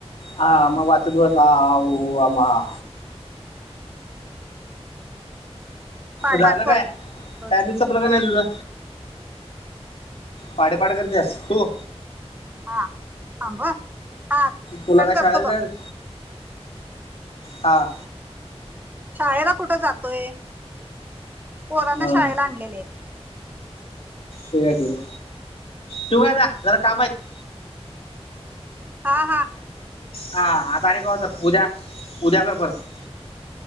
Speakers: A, on the left (about 65°); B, on the right (about 15°).
A: हा मग वाचत बसा. आ ऊ आम अहा.
B: पाठपाठ
A: झालं
B: करते
A: काय
B: रोज
A: टायमिंग संपल काय नाही तुझा. पाडे पाढ करतीया तु.
B: हा थांब हा
A: तुला
B: कट
A: काय
B: करतो
A: शाळेला
B: बघ
A: जायच. हा
B: शाळेला कुठे जातोय? पोरांना
A: हा
B: शाळेला आणलेले.
A: ठीक आहे-ठीक आहे, ठेऊ कां आता? जरा काम आहेत.
B: हा हा
A: हा आता आणि केव्हा तर उद्या उद्या कर परत.